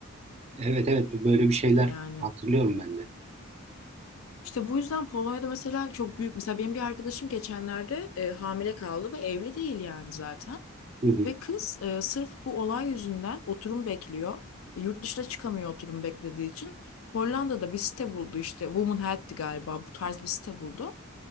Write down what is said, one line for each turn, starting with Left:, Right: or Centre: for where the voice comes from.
Right: Evet evet böyle bir şeyler
Left: Yani
Right: hatırlıyorum ben de.
Left: işte bu yüzden Polonya'da mesela çok büyük. Mesela benim bir arkadaşım geçenlerde e, hamile kaldı ve evli değil yani zaten.
Right: Hı hı,
Left: Ve kız e, sırf bu olay yüzünden oturum bekliyor. E, yurt dışına çıkamıyor oturum beklediği için. Hollanda'da bir site buldu işte Woman Help'ti galiba bu tarz bir site buldu.